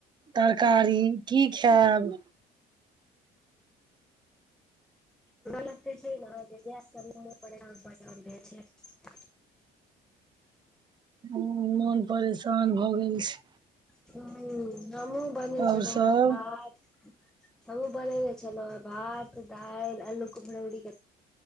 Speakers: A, on the right; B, in the centre.
A: तरकारी की खायब
B: लग्त छै ने जे ग्य त रू पे आमाम रहे छै।
A: मोन परेशान भऽ गेल छै।
B: ह हमू बने
A: और
B: छललो
A: सब
B: ह भात हमहुूँ बनेने छलहुँ ह भात दालि आलू को भरौरी के